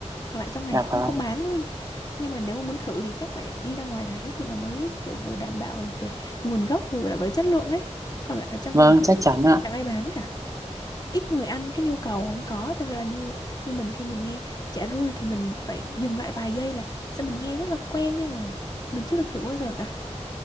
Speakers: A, on the left; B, on the right.
A: còn lại trong này
B: dạ
A: không
B: vâng
A: không bán luôn nhưng mà nếu mà muốn thử thì chắc phải đi ra ngoài đấy thì nó mới kiểu vừa đảm bảo về nguồn gốc vừa đảm bảo chất lượng ấy còn lại ở trong
B: vâng
A: này thì
B: chắc chắn ạ
A: chẳng ai bán cả ít người ăn cái nhu cầu không có thực ra là như như mình khi mình nghe chả rươi thì mình phải dừng lại vài giây là sao mình nghe rất là quen nhưng mà mình chưa được thử bao giờ cả